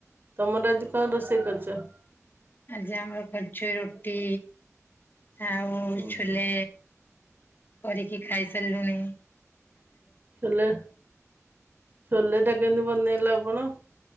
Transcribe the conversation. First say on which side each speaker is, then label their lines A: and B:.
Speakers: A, on the right (about 40°); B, on the left (about 40°).
A: ତମର ଆଜି କଣ ରୋଷେଇ କରିଛ?
B: ଆଜି ଆମର କରିଚୁ ରୁଟି ଆଉ
A: ହୁଁ
B: ଛୋଲେ। କରିକି ଖାଇସାରିଲୁଣିି।
A: ଛୋଲେ ଛୋଲେ ଟା କେମିତି ବନେଇଲେ ଆପଣ?